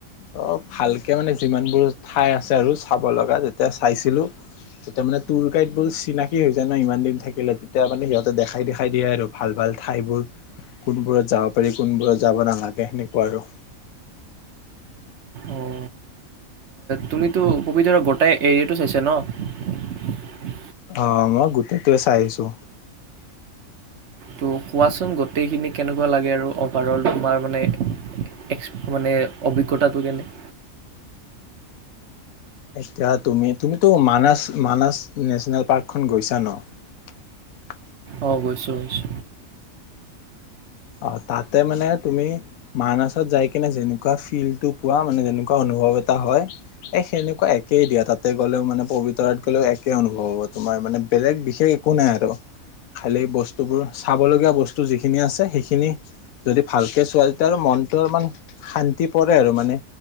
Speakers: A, on the left; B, on the right.
A: অ ভালকে মানে যিমানবোৰ ঠাই আছে আৰু চাব লগা যেতিয়া চাইছিলো তেতিয়া মানে টুৰ গাইডবোৰ চিনাকি হৈ যায় ন ইমান দিন থাকিলে তেতিয়া মানে সিহঁতে দেখাই দেখাই দিয়ে আৰু ভাল ভাল ঠাই বোৰ। কোনবোৰত যাব পাৰি কোনবোৰত যাব নালাগে সেনেকুৱা আৰু।
B: অঁ তুমিতো পবিতৰাৰ গোটেই এৰিয়াটো চাইছে ন?
A: অ মই গোটেইটোৱে চাই আহিছো।
B: ত' কোৱাচোন গোটেইখিনি কেনেকুৱা লাগে আৰু অভাৰ অল তোমাৰ মানে এক্স মানে অভিজ্ঞতাটো কেনে।
A: এতিয়া তুমি তুমিতো মানাচ মানাচ নেচনেল পাৰ্কখন গৈছা ন?
B: অ গৈছোঁ গৈছোঁ।
A: অ তাতে মানে তুমি মানাছত যাই কিনে যেনেকুৱা ফিলটো পোৱা মানে যেনেকুৱা অনুভৱ এটা হয় এ সেনেকুৱা একেই দিয়া তাতে গলেও মানে পবিতৰাত গ'লেও একে অনুভৱ হব তোমাৰ মানে বেলেগ বিশেষ একো নাই আৰু খালী বস্তুবোৰ চাবলগীয়া বস্তু যিখিনি আছে সেইখিনি খিনি যদি ভালকে চোৱা তেতিয়া আৰু মনটো অমান শান্তি পৰে আৰু মানে